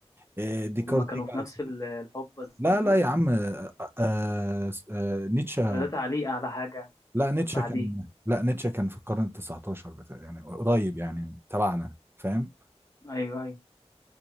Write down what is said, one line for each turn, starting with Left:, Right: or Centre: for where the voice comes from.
Right: إيه، ديكارت
Left: هما كانوا
Right: يجي
Left: في
Right: على
Left: نفس
Right: سكته
Left: ال- الحقبة الزمنية
Right: لا لا يا عم آه، آه، آه، نيتشه
Left: ولا ده تعليق على حاجة
Right: لا نيتشه
Left: بعديه
Right: كان لا نيتشه كان في القرن ال 19 بتاع يعني قريب يعني تبعنا فاهم
Left: أيوه أيوه